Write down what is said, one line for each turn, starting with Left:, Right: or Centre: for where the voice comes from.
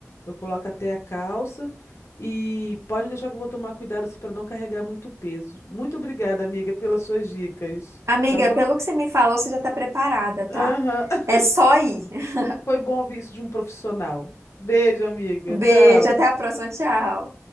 Left: Eu coloco até a calça. E pode deixar que eu vou tomar cuidado assim, para não carregar muito peso. Muito obrigada, amiga, pelas suas dicas.
Right: Amiga,
Left: Tá bom?
Right: pelo que você me falou, você já tá preparada, tá?
Left: Aham. <laughs>
Right: É só ir. <laughs>
Left: Foi bom ouvir isso de um profissional. Beijo, amiga.
Right: Beijo,
Left: Tchau.
Right: até a próxima, tchau.